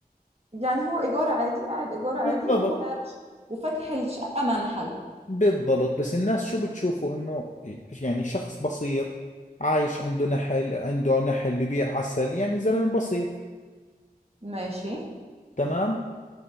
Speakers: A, on the right; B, on the left.
A: يعني هو إيجار عادي قاعد إيجار
B: بالضبط
A: عادي و... وفاتح الشقة منحل
B: بالضبط بس الناس شو بتشوفوا انه يعني شخص بسيط عايش عنده نحل عنده نحل ببيع عسل يعني زلمة بسيط
A: ماشي
B: تمام